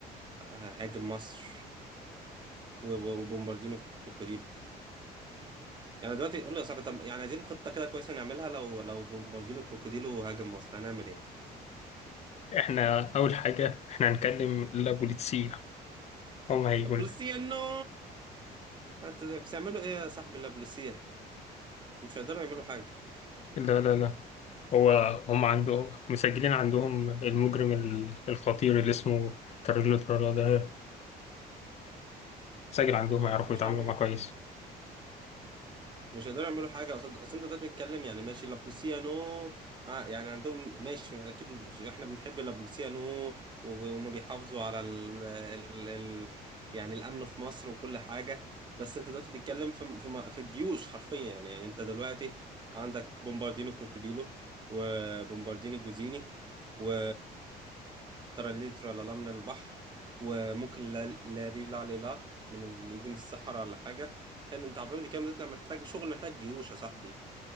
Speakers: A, on the right; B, on the left.
A: آه، هاجم مصر و- و- وبومباردينو كروكوديلو يعني دلوقتي قول لي يا صاحبي طب يعني عايزين خطة كده كويسة نعملها لو لو بومباردينو كروكوديلو هاجم مصر هنعمل ايه؟
B: احنا أول حاجة احنا هنكلم البوليتسية هم هيقول
A: بلوسية نو هت- بس يعملوا ايه يا صاحبي لا بلوسية مش هيقدروا يعملوا حاجة
B: لا لا لا هو هم عنده مسجلين عندهم المجرم ال- الخطير اللي اسمه تريلو ترالا ده مسجل عندهم هيعرفوا
A: مش
B: يتعاملوا
A: هيعملوا
B: معاه كويس
A: مش هيقدروا يعملوا حاجه اصل اصل انت دلوقتي بتتكلم يعني ماشي لابلوسيانو ع- يعني عندهم ماشي اكيد مش- احنا بنحب لابلوسيانو وب- وهم بيحافظوا على ال ال ال يعني الامن في مصر وكل حاجه بس انت دلوقتي بتتكلم في في م- في الجيوش حرفيا يعني يعني انت دلوقتي عندك بومباردينو كروكوديلو وبومباردينو جوزيني و ترالي ترالالام من البحر وممكن لا لا ري لا لي لا من اللي يجي من الصحراء ولا حاجه كان انت عارفين دي كام ده انت محتاج شغل محتاج جيوش يا صاحبي